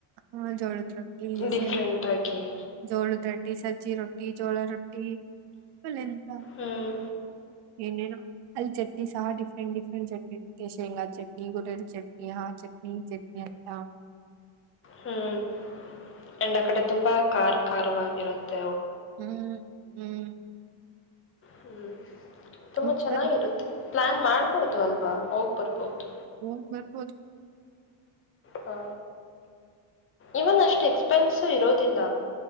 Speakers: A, on the right; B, on the left.
A: ಹಾ ಜೋಳುದ ರೊಟ್ಟಿ
B: ಡಿಫ್ರೆಂಟ್
A: ಸ
B: ಆಗಿ
A: ಜೋಳುದ್ರೊಟ್ಟಿ ಸ ಜ್ಜಿ ರೊಟ್ಟಿ ಚೋಳ ರೊಟ್ಟಿ. ಎಂತ
B: ಹ್ಮ್
A: ಏನೇನೊ. ಅಲ್ಲಿ ಚಟ್ನಿ ಸಹ ಡಿಫ್ರೆಂಟ್ ಡಿಫ್ರೆಂಟ್ ಚಟ್ನಿ ಇರತ್ತೆ ಶೇಂಗಾ ಚಟ್ನಿ ಗುರೆಲ್ ಚಟ್ನಿ ಹಾ ಚಟ್ನಿ ಈ ಚಟ್ನಿ ಅಂತ.
B: ಹ್ಮ್. ಎಂಡ ಆಕಡೆ ತುಂಬಾ ಕಾರ ಕಾರವಾಗಿರತ್ತೆ.
A: ಹ್ಮ್ ಹ್ಮ್.
B: ಹ್ಮ್. ತುಂಬಾ
A: ಉತ್ಕ
B: ಚೆನ್ನಾಗಿರುತ್ತೆ. ಪ್ಲಾನ್ ಮಾಡ್ಬೋದು ಅಲ್ವಾ. ಹೋಗ್ಬರ್ಬೋದು.
A: ಹೋಗ್ ಬರ್ಬೋದು.
B: ಹಾ ಇವನ್ ಅಷ್ಟು ಎಕ್ಸ್ಪೆನ್ಸ ಇರೋದಿಲ್ಲ.